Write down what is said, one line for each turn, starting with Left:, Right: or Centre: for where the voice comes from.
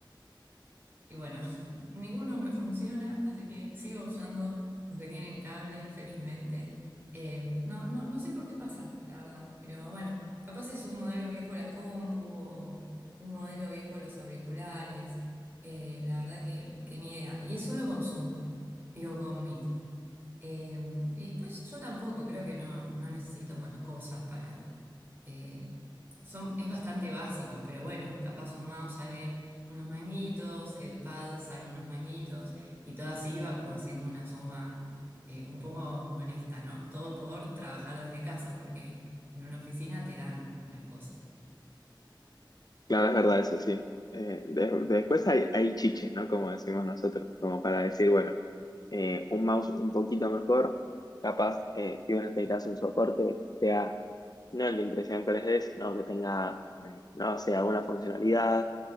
Right: Y bueno, <laughs> ninguno me funciona, así que sigo usando los que tienen cable, felizmente. Eh, no, no, no sé por qué pasa, la verdad, pero bueno, capaz es un modelo viejo la compu o un modelo viejo los auriculares. Eh, la verdad que, que ni idea. Y es solo con Zoom, digo con Meet. Eh, y después yo tampoco creo que no, no necesito más cosas para eh, son, es bastante básico, pero bueno, capaz un mouse sale unos manguitos, el pad sale unos manguitos, y todo así iba como haciendo una suma eh, un poco molesta, ¿no? Todo por trabajar desde casa, porque en una oficina te dan las cosas.
Left: Claro, es verdad, eso sí. Eh, de- después hay, hay chiches, ¿no? Como decimos nosotros, como para decir, bueno, eh, un mouse un poquito mejor, capaz eh, si vos necesitas un soporte que sea No el de impresión 3D, sino que tenga, eh, no sé, alguna funcionalidad